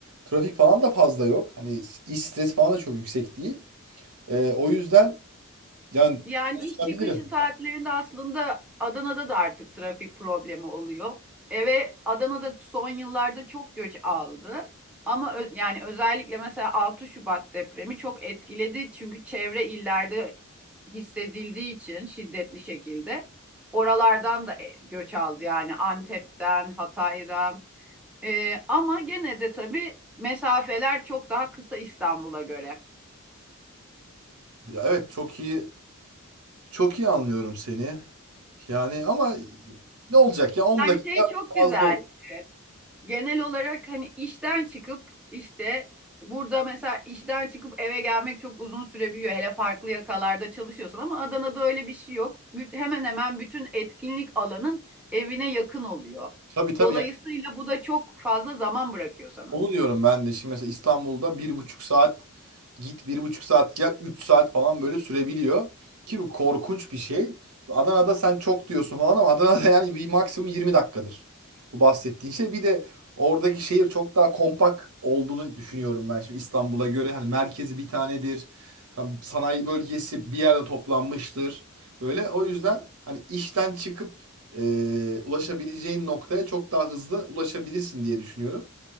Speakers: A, on the right (about 90°); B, in the centre.
A: trafik falan da fazla yok. Hani iş stresi falan da çok yüksek değil. Ee, o yüzden yani
B: Yani
A: konuşabilirim.
B: iş çıkışı saatlerinde aslında Adana'da da artık trafik problemi oluyor. E ve Adana'da son yıllarda çok göç aldı. Ama ö- yani özellikle mesela 6 Şubat depremi çok etkiledi. Çünkü çevre illerde hissedildiği için şiddetli şekilde oralardan da e, göç aldı. Yani Antep'ten, Hatay'dan. E, ama gene de tabii mesafeler çok daha kısa İstanbul'a göre.
A: Ya evet çok iyi Çok iyi anlıyorum seni. Yani ama ne olacak ya 10
B: Yani
A: dakika
B: şey çok
A: fazla
B: güzel.
A: oldu.
B: Genel olarak hani işten çıkıp işte burada mesela işten çıkıp eve gelmek çok uzun sürebiliyor. Hele farklı yakalarda çalışıyorsan ama Adana'da öyle bir şey yok. Büt- Hemen hemen bütün etkinlik alanın evine yakın oluyor.
A: Tabii tabii
B: Dolayısıyla bu da çok fazla zaman bırakıyor sana.
A: Onu diyorum ben de. Şimdi mesela İstanbul'da bir buçuk saat git, bir buçuk saat gel, üç saat falan böyle sürebiliyor. Ki bu korkunç bir şey. Şimdi Adana'da sen çok diyorsun falan ama Adana'da <laughs> yani bir maksimum 20 dakikadır. Bu bahsettiğin şey. Bir de oradaki şehir çok daha kompakt olduğunu düşünüyorum ben şimdi İstanbul'a göre. Hani merkezi bir tanedir. Tam sanayi bölgesi bir yerde toplanmıştır. Böyle o yüzden hani işten çıkıp e, ulaşabileceğin noktaya çok daha hızlı ulaşabilirsin diye düşünüyorum.